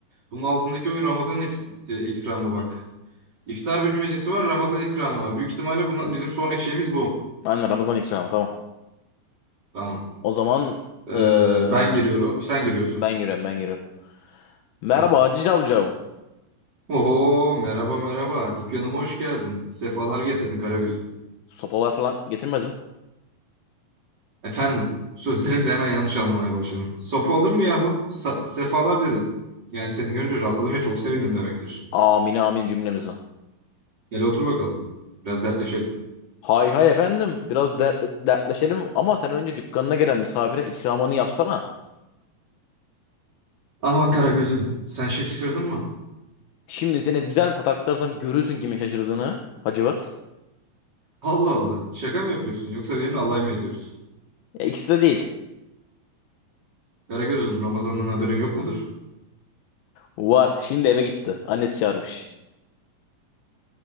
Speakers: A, on the right; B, on the left.
A: Bunun altındaki oyun Ramazan if- e, ikramı bak. İftar bilmecesi var, Ramazan ikramı var. Büyük ihtimalle bunlar, bizim sonraki şeyimiz bu.
B: aynen Ramazan ikramı tamam.
A: Tamam.
B: O zaman
A: Ee,
B: eee,
A: ben giriyorum. Sen giriyorsun.
B: ben yürüyorum ben yürüyorum. Merhaba
A: Evet.
B: Hacı Cavcav.
A: Oho merhaba merhaba. Dükkanıma hoş geldin. Sefalar getirdin Karagöz'üm.
B: Sopalar falan getirmedim.
A: Efendim sözlerimi de hemen yanlış anlamaya başladın. Sopa olur mu yahu? Sa- sefalar dedim. Yani seni görünce rahatladım ve çok sevindim demektir.
B: Amin amin cümlemize.
A: Gel otur bakalım. Biraz dertleşelim.
B: Hay hay efendim biraz dert, dertleşelim ama sen önce dükkanına gelen misafire ikramını yapsana.
A: Aman Karagöz'üm sen şaşırdın mı?
B: Şimdi seni güzel pataklarsam görürsün kimin şaşırdığını Hacivat.
A: Allah Allah şaka mı yapıyorsun yoksa benimle alay mı ediyorsun?
B: Ya ikisi de değil.
A: Karagöz'üm Ramazan'dan haberin yok mudur? <laughs>
B: Var şimdi eve gitti. Annesi çağırmış.